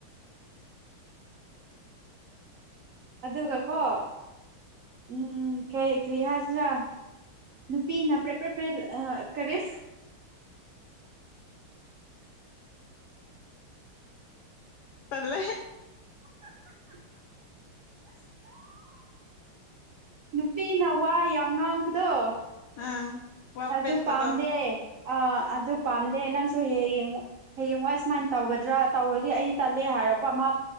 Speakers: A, on the right; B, on the left.
A: ꯑꯗꯨꯒ ꯀꯣ ꯎꯝ ꯀꯩ ꯀꯔꯤ ꯍꯥꯏꯁꯤꯔꯥ ꯅꯨꯄꯤ ꯅꯅꯥ ꯄ꯭ꯔꯦ ꯄ꯭ꯔꯦ ꯄ꯭ꯔꯦ ꯀꯔꯦ
B: ꯄꯜꯂꯦ
A: <inaudible> ꯅꯨꯄꯤ ꯅꯋꯥ ꯌꯥꯝ ꯉꯥꯡꯕꯗꯣ
B: ꯑꯥ ꯋꯥ
A: ꯑꯗꯨ
B: ꯄꯦꯠꯄꯗꯣ
A: ꯄꯥꯝꯗꯦ ꯑꯥ ꯑꯗꯨ ꯄꯥꯝꯗꯦ ꯅꯪꯁꯨ ꯍ ꯌꯦꯡꯉ ꯍꯌꯦꯡꯋꯥꯏ ꯁꯨꯃꯥꯏꯅ ꯇꯧꯒꯗ꯭ꯔꯥ ꯇꯧꯔꯗꯤ ꯑꯩ ꯇꯠꯂꯦ ꯍꯥꯏꯔꯛꯄ ꯃꯥ